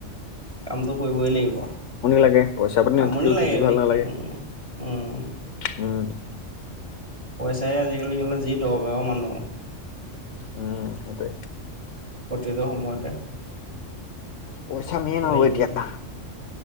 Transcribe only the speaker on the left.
লাগে পইচা পাতি নাথাকিলে
থাকি
ভাল নালাগে
উম,
উম, সেইটোৱে।
পইচা মেইন‌
আৰু এতিয়া।